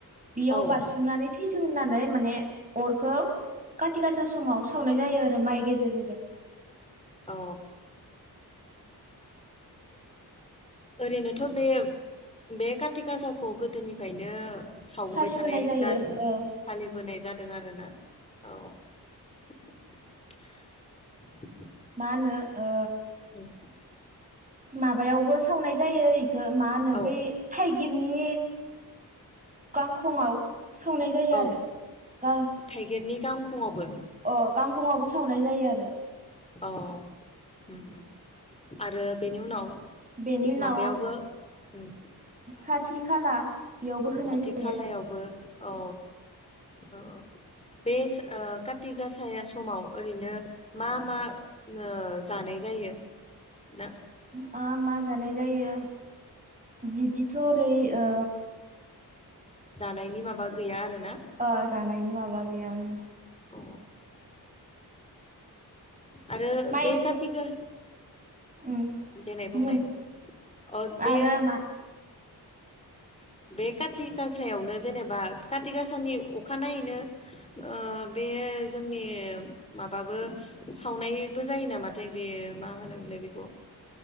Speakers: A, on the right (about 20°); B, on the left (about 15°).
A: बेयाव
B: औ
A: बारसोमनानै थैथों होननानै माने अरखौ खाथि गासा समाव सावनाय जायो आरो माइ गेजेर गेजेर
B: अ ओरैनोथ' बे बे कारति गासाखौ गोदोनिफ्रायनो सावबोबाय
A: फालिबोनाय
B: थानाय
A: जायो
B: जादोंमोन
A: औ
B: फालिबोनाय जादों आरोना औ <unintelligible>
A: मा होनो ओ
B: उम
A: माबायावबो सावनाय जायो इ खो मा होनो
B: औ
A: बै थाइगिरनि गांखंआव सावनाय जायो आरो
B: औ
A: गा
B: थाइगिरनि गांखंआवबो
A: अ गांखंआवबो सावनाय जायो आरो
B: अ उम उम आरो बेनि उनाव
A: बेनि उनाव
B: माबायावबो उम
A: साथि खाला बेयावबो होनाय
B: खाथि
A: जायो
B: खालायावबो औ ओओ बे सो ओ काति गासा समाव ओरैनो मा मा जानो नाय जायो ना
A: मा मा जानाय जायो? बिदिथ' ओरै ओ
B: जानायनि माबा गैया? आरोना
A: अ जानायनि माबा गैया ओं।
B: अ आरो
A: माइखो
B: बेखाथिगा
A: उम
B: देनाय बुंनाय
A: बुं
B: अ बे
A: आरो मा
B: बे काति गासायावनो जेनेबा काति गासानि अखानायैनो ओ बे बे जोंनि माबाबो सावनायबो जायो नामाथाय बे मा होनोमलाय ‌? बेखौ